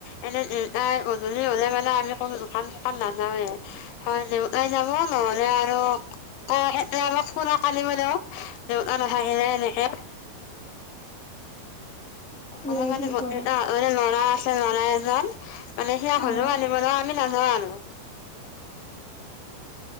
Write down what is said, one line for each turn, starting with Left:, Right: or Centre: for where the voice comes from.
Left: এনে গধূলি হলে মানে আমি কোনো দোকান চোকান নাযাওৱে। হয়, দেউতাই যাব নহলে আৰু ক আমাক ফুনক আনিব দিওঁ দেউ নাহিলে এনেকে। <unintelligible>
Centre: খুৰাই
Left: অলপ মানে
Centre: কি কৰে
Left: এ ম লৰা আছে নৰা এজন। <unintelligible> মানে সেইয়াক হলিও
Centre: অঁ,
Left: আনিব দেও আমি নাজোৱা আৰু।